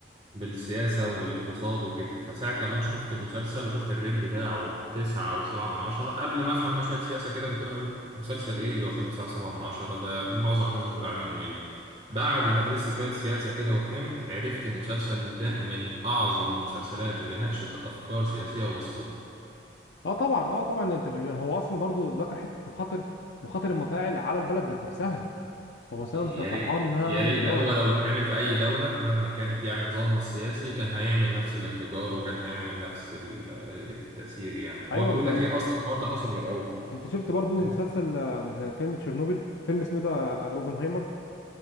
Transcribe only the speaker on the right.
بالسياسة وبالاقتصاد وكده فساعة لما أنا شفت المسلسل وشفت الريت بتاعه تسعة أو سبعة من عشرة قبل ما أفهم أنا شوية سياسة كده كنت أنا أقول مسلسل إيه اللي واخد تسعة وسبعة من عشرة ده معظم الناس بتقول عليه ممل بعد ما درست شوية سياسة كده وفهمت عرفت المسلسل ده من أعظم المسلسلات اللي ناقشت أفكار سياسية وبسطتها
يا
ريت
يا
ريت
ده
هو لو اتعمل في أي دولة مهما كانت يعني نظامها السياسي كان هيعمل نفس الانفجار وكان هيعمل نفس ال- التأثير يعني
هو بيقول
لك ليه أصلا الحوار ده حصل من الأول
فاهم؟